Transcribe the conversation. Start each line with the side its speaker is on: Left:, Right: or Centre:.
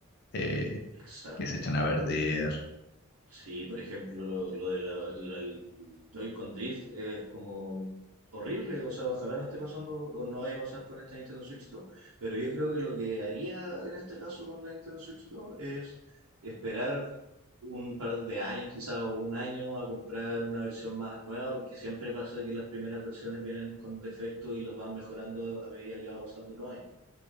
Left: eh,
Right: Exacto.
Left: que se echan a perder,
Right: Sí, por ejemplo, lo, lo de la- lo del Joy con Drift es como horrible, o sea, ojalá no esté pasando o no vaya a pasar con esta Nintendo Switch 2, pero yo creo que lo que haría en este caso con la Nintendo Switch 2 es esperar un par de años, quizá o un año, a comprar una versión más nueva, porque siempre pasa que las primeras versiones vienen con defectos y los van mejorando a medida que va pasando los años.